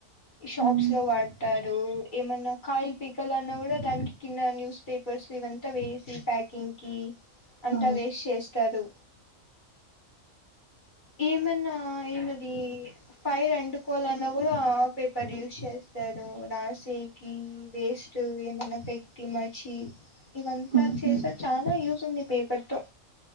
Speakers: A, on the left; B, on the right.
A: షాప్స్
B: హ్మ్.
A: లో వాడతారు ఏమన్నా కాయలు పీకల అన్నా కూడా దానికి కింద న్యూస్ పేపర్ పేపర్స్ ఇవంత వేసి సి ప్యాకింగ్ కి అంతా
B: ఆ!
A: వేస్ట్ చేస్తారు ఏమన్నా ఏంది అది ఫైర్ ఆటుకోవాలన్నా కూడా పేపర్ యూస్ చేస్ స్తారు రాసేకి వేస్ట్ ఏమన్నా పెట్టి మర్చి ఇవంతా
B: ఖచ్చితంగా.
A: చేసే
B: హ్మ్.
A: చాలా యూజ్ ఉంది పేపర్ తో